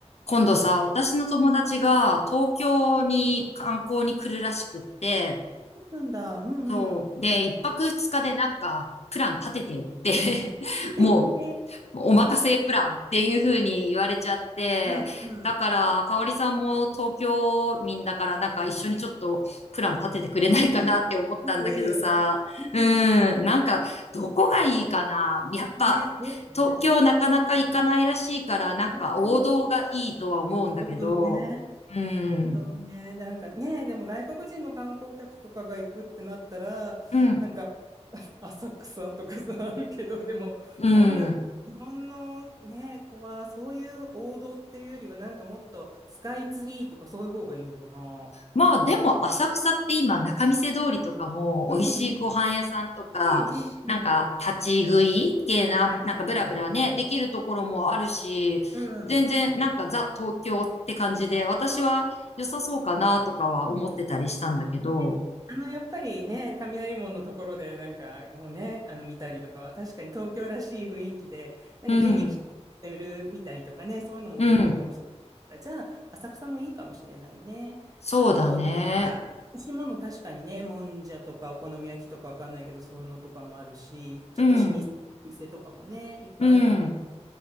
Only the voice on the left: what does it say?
今度さ、私の友達が東京に観光に来るらしくって、
そう。で、一泊二日でなんかプラン立ててよって <laughs>
もお任せプランっていう風に言われちゃって、
だから、かおりさんも東京民だからなんか一緒にちょっとプラン立ててくれないかなって思ったんだけどさ、
うん、
なんかどこがいいかなやっぱ
東京なかなか行かないらしいから、なんか王道がいいとは思うんだけど、
うん、
うん、
うん。
まあでも浅草って今仲見世通りとかも美味しいご飯屋さんとか、
なんか立ち食い系な、
なんかブラブラね、できるところもあるし、
全然なんかザ東京って感じで、
私は良さそうかなとかは思ってたりしたんだけど、
うん、
うん、
そうだね。
うん、
うん。